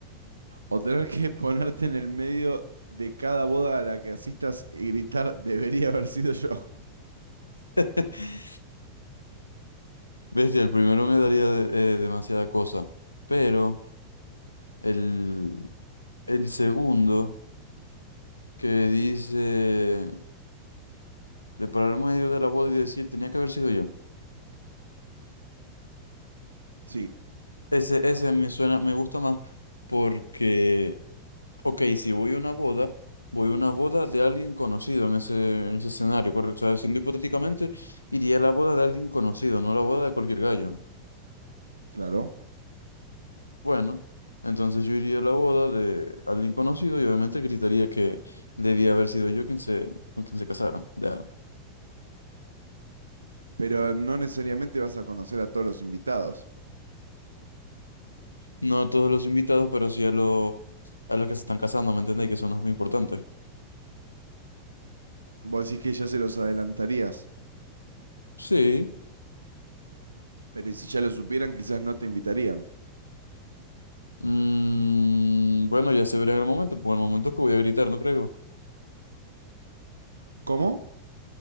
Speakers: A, on the right; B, on the left.
A: O tener que <laughs> ponerte en el medio de cada boda a la que asistas y gritar, debería haber sido yo.
B: <laughs> Bestia, el primero me daría de- eh, demasiada cosa, pero... el El segundo, que dice de parar en medio de la boda y decir, tenía que haber sido yo.
A: Sí,
B: Ese, ese me suena, me gusta más porque, ok, si voy a una boda, voy a una boda de alguien conocido en ese, en ese escenario, correcto. O sea, siendo hipotéticamente, iría a la boda de alguien conocido, no a la boda de cualquier gallo.
A: claro.
B: Bueno, entonces yo iría a la boda de alguien conocido y obviamente gritaría que debía haber sido yo quien se, con quien se casara. Ya.
A: Pero no necesariamente vas a conocer a todos los invitados.
B: No a todos los invitados, pero sí a los, a los que se están casando, ¿me entendéis? Que son los muy importantes.
A: Vos decís que ya se los adelantarías.
B: Sí.
A: Pero si ya lo supieran, quizás no te invitarían.
B: Mm, bueno, ya se verá en el momento, porque en el momento es que voy a gritar, no creo.
A: ¿Cómo?